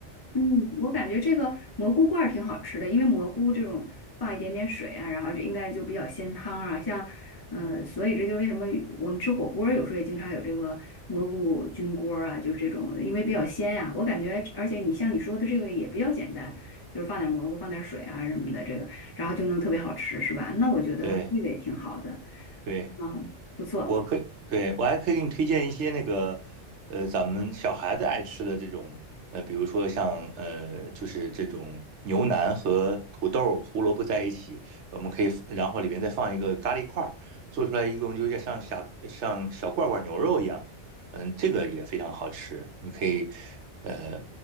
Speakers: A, on the left; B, on the right.
A: 嗯，我感觉这个蘑菇罐儿挺好吃的，因为蘑菇这种放一点点水啊，然后这应该就比较鲜汤啊。像，呃，所以这就为什么我们吃火锅儿有时候也经常有这个蘑菇菌锅儿啊，就是这种，因为比较鲜呀、我感觉，而且你像你说的这个也比较简单，就是放点蘑菇，放点水啊什么的，这个然后就能特别好吃，是吧？那我觉得这个也挺好的，
B: 对对。
A: 嗯，不错。
B: 我可以，对，我还可以给你推荐一些那个，呃，咱们小孩子爱吃的这种，呃，比如说像呃，就是这种牛腩和土豆、胡萝卜在一起，我们可以，然后里面再放一个咖喱块儿，做出来一共就有点像小像小罐罐牛肉一样，嗯，这个也非常好吃，你可以，呃